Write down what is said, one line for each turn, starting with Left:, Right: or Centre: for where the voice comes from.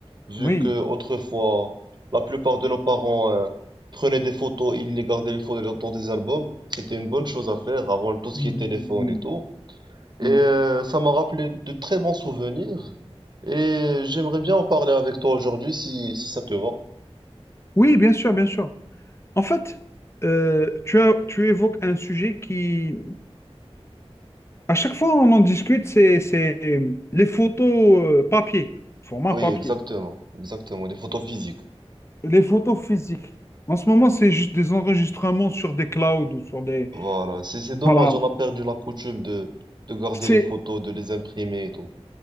Right: Vu
Left: oui,
Right: que autrefois, la plupart de nos parents euh, prenaient des photos, ils les gardaient les photos dans dans des albums. C'était une bonne chose à faire avant tout ce
Left: Mm,
Right: qui est téléphone et tout. Et
Left: oui,
Right: euh, ça m'a rappelé de très bons souvenirs. Et j'aimerais bien en parler avec toi aujourd'hui si, si ça te va.
Left: oui, bien sûr, bien sûr. En fait, euh, tu as, tu évoques un sujet qui, à chaque fois on en discute, c'est, c'est euh, les photos euh, papier, format
Right: Oui,
Left: papier,
Right: exactement, exactement, des photos physiques.
Left: les photos physiques. En ce moment, c'est juste des enregistrements sur des clouds ou sur des,
Right: Voilà, c'est c'est dommage,
Left: voilà.
Right: on a perdu la coutume de, de garder
Left: C'est,
Right: les photos, de les imprimer et tout.